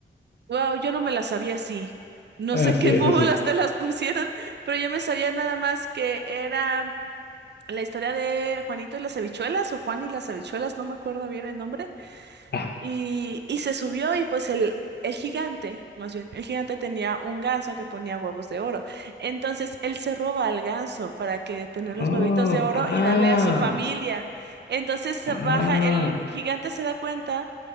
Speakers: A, on the right; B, on the left.
A: Wow, yo no me la sabía así. No
B: Así
A: sé qué <laughs> fórmulas
B: es, así.
A: te las pusieron, pero yo me sabía nada más que era la historia de Juanito y las habichuelas o Juan y las habichuelas, no me acuerdo bien el nombre.
B: Ah,
A: Y, y se subió y pues el, el gigante, más bien, el gigante tenía un ganso que ponía huevos de oro. Entonces él se roba al ganso para que tener los
B: oh,
A: huevitos de oro
B: ah,
A: y darle a su familia. Entonces se
B: ah.
A: baja, el gigante se da cuenta